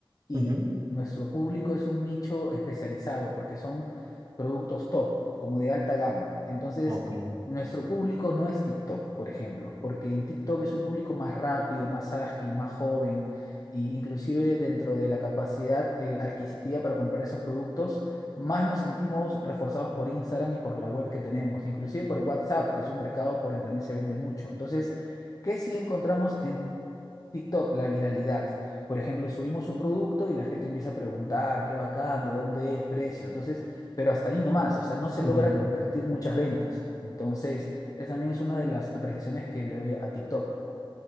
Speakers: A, on the left; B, on the right.
A: y
B: Ujú,
A: nuestro público es un nicho especializado porque son productos top, como de alta gama. Entonces,
B: Ok.
A: nuestro público no es TikTok, por ejemplo, porque en TikTok es un público más rápido, más ágil, más joven, e inclusive dentro de la capacidad eh, adquisitiva para comprar esos productos, más nos sentimos reforzados por Instagram y por la web que tenemos, inclusive por WhatsApp, que es un mercado por donde también se vende mucho. Entonces, ¿qué sí encontramos en TikTok? La viralidad. Por ejemplo, subimos un producto y la gente empieza a preguntar, qué bacán, de dónde es, precio. Entonces, pero hasta ahí nomás, o sea, no se
B: Ujú.
A: logra convertir muchas ventas. Entonces, esa también es una de las apreciaciones que le doy a a TikTok.